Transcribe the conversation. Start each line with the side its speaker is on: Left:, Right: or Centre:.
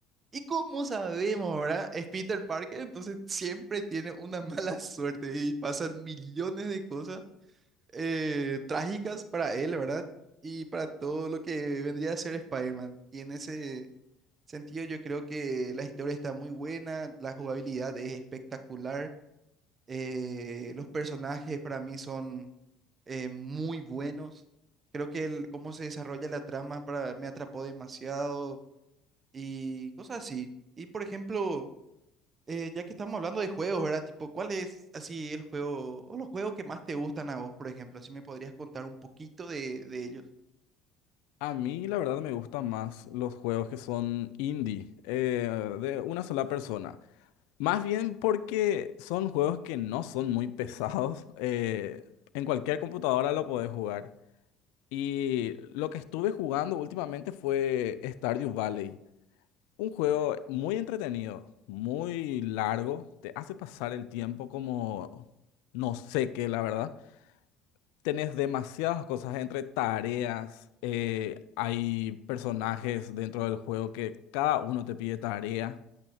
Right: Y como sabemos, ¿verdad? Es Peter Parker, entonces siempre tiene una <laughs> mala suerte y pasan millones de cosas eh, trágicas para él, ¿verdad? Y para todo lo que vendría a ser Spider-Man. Y en ese sentido, yo creo que la historia está muy buena, la jugabilidad es espectacular, eh, los personajes para mí son eh, muy buenos. Creo que el cómo se desarrolla la trama para, me atrapó demasiado y cosas así. Y por ejemplo, eh, ya que estamos hablando de juegos, ¿verdad? Tipo, ¿cuál es así el juego o los juegos que más te gustan a vos, por ejemplo? así me podrías contar un poquito de, de ellos.
Left: A mí, la verdad, me gustan más los juegos que son indie, eh, de una sola persona. Más bien porque son juegos que no son muy pesados. <laughs> eh, en cualquier computadora lo podés jugar. Y lo que estuve jugando últimamente fue Stardew Valley. Un juego muy entretenido, muy largo, te hace pasar el tiempo como no sé qué, la verdad. Tenés demasiadas cosas entre tareas, eh, hay personajes dentro del juego que cada uno te pide tarea